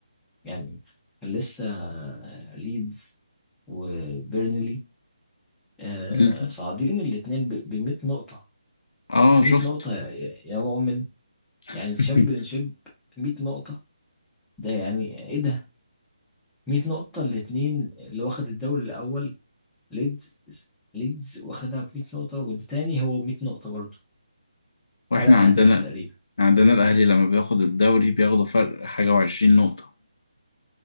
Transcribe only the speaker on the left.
ال-
آه
شفت
<laughs>
واحنا
عندنا
عندنا الاهلي لما بياخد الدوري بياخدوا فرق حاجه وعشرين نقطه